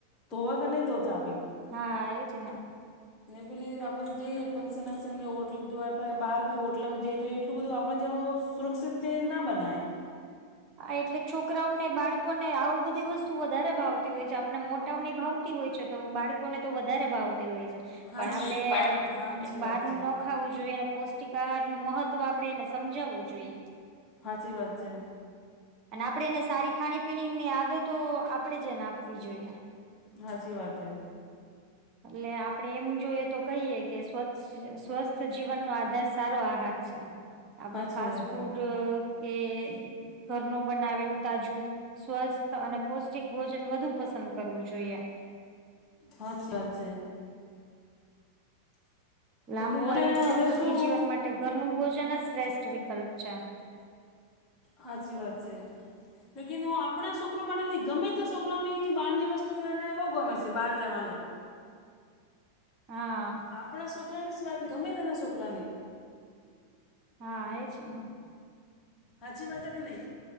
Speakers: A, on the left; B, on the right.
A: ધોવા <unintelligible>
B: હા એજ ને
A: ને પેલી આપણે જઈએ ફંક્શન વક્શન હોટલ બહાર બી હોટલમાંમે જઈએ તો એટલું બધું આપણે જેવો સુરક્ષિત ના બનાએ.
B: એટલે છોકરાઓને બાળકોને આવું બધી વસ્તુ વધારે ભાવતી હોય છે આપને મોટાઓની ભાવ તી હોય છે તો બાળકોને તો વધારે ભાવતી હોય છે
A: હાચી
B: પણ આપડે
A: હા હાચી
B: બાર
A: વાત
B: નું
A: છે.
B: ના ખ ખાવું જોઈએ અને પૌષ્ટિક આહાર નું મહત્વ આપડે એને સમજાવવું જોઈએ.
A: સાચી વાત છે.
B: અને આપણે એને સારી ખાણી પીણીની આદતો આપણે જને આપવી જોઈએ.
A: સાાચી વાત હૈ.
B: એટલે આપડે એમ જોઈએ તો કહીએ કે સ્વછ સ્વસ્થ જીવનનો આધાર સારો આહાર અચ્છા, આપડે
A: હાચી
B: ફાસ્ટ
A: વાત
B: ફૂડ
A: હે
B: કે ઘરનું બનાવેલું તાજું. સ્વસ્થ અને પૌષ્ટિક ભોજન વધુ પસંદ કરવું જોઈએ.
A: હચજ અચ્ છે.
B: લાંબુ
A: લેકિન હવે
B: આયુષ્યન
A: હવે
B: સુખી
A: શું
B: જીવન માટે ઘરનું ભોજન જ શ્રેષ્ઠ વિકલ્પ છે.
A: હાચી વાત છે. લેકિન આપણા છોકરો માટે ની ગમે તે છોકરાની બહારની વસ્તુ એને બહુ ગમે છે બહાર જવાનો.
B: હા.
A: આપણા છોકરાની જ વાત ન ગમે તેના છોકરાની.
B: હા એ છેમાં.
A: હાચી વાત કે નહી?